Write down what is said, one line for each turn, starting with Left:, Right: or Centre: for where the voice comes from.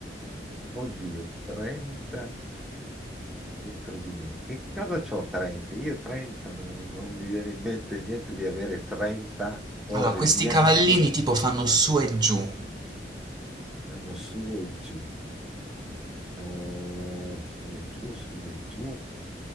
Centre: Oddio, 30 dentro di me. Che cosa c'ho 30? Io 30, non, non mi viene in mente niente di avere 30 cose
Right: Allora, questi
Centre: bianche.
Right: cavallini tipo fanno su e giù.
Centre: Andiamo su e giù. Eh, su e giù, su e giù.